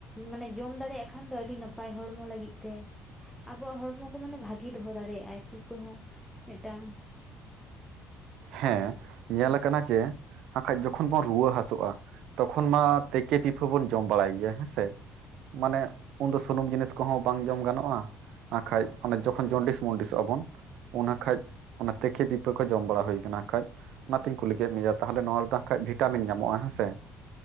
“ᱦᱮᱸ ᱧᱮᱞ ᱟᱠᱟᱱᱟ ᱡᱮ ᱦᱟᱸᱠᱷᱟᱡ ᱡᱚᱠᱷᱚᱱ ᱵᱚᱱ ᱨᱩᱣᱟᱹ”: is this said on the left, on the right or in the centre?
Right